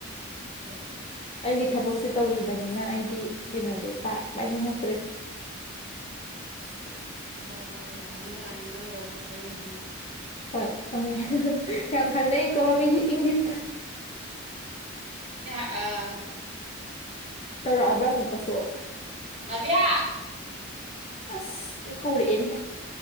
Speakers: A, on the right; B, on the left.
A: ꯐꯔꯤ
B: ꯑꯩꯒꯤ ꯊꯕꯛꯁꯦ ꯇꯧꯔꯤꯕꯅꯤꯅ ꯑꯩꯗꯤ ꯀꯩꯅꯣꯗꯣ ꯄꯥꯏꯅꯤꯡꯉꯛꯇ꯭ꯔꯦ <unintelligible>
A: ꯍꯣꯏ ꯍꯣꯏ ꯍꯣꯏ ꯌꯥꯔꯦ ꯍꯥꯏꯅꯤꯡꯉꯛ ꯅꯪꯒꯤ ꯋꯥꯔꯤꯗꯨꯁꯨ ꯑꯩꯅ ꯈꯪꯉꯦ
B: ꯍꯣꯏ ꯈꯪꯉ ꯌꯥꯝ ꯈꯪꯅꯩꯀꯣ ꯃꯤꯗꯤ ꯏꯪꯂꯤꯁꯇ
A: ꯑꯥ
B: ꯇꯧꯔꯛꯑꯕ꯭ꯔꯥ ꯑꯃꯨꯛꯀꯁꯨ
A: ꯅꯚꯌꯥ
B: ꯑꯁ ꯀꯧꯔꯤꯌꯦꯅꯦ ꯍꯦ